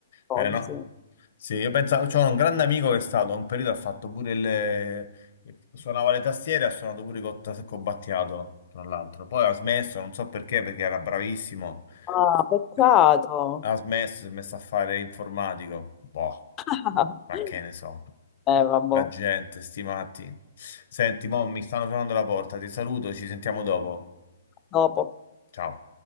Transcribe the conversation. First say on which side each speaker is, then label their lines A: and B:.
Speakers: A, on the left; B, on the left.
A: cose,
B: Eh, no.
A: sì.
B: Sì, io pensavo, c'ho un grande amico che è stato, a un periodo ha fatto pure il... suonava le tastiere, ha suonato pure con Battiato, tra l'altro. Poi ha smesso, non so perché, perché era bravissimo.
A: Ah, peccato.
B: Eh, Ha smesso, si è messo a fare informatico. Boh,
A: <laughs>
B: ma che ne so.
A: Eh, vabbè,
B: La gente, sti matti. Senti, mo mi stanno suonando la porta, ti saluto, ci sentiamo dopo.
A: dopo.
B: Ciao.